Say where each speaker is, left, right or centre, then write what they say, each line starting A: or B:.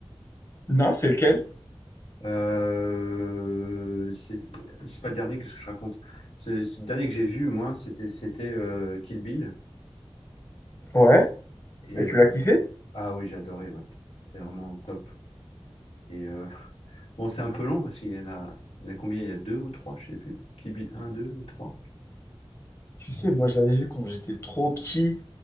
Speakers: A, on the left; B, on the left.
A: Non, c'est lequel?
B: Euh, c'est c'est pas le dernier, qu'est-ce que je raconte? C'est c'est le dernier que j'ai vu, moi, c'était c'était euh, Kill Bill.
A: Ouais.
B: Et,
A: Et tu
B: euh,
A: l'as kiffé?
B: ah oui, j'ai adoré, ouais. C'était vraiment top. Et euh, <laughs> bon, c'est un peu long parce qu'il y en a, il y en a combien? Il y a deux ou trois, je sais plus. Kill Bill un, deux et trois.
A: Tu sais, moi je l'avais vu quand j'étais trop petit.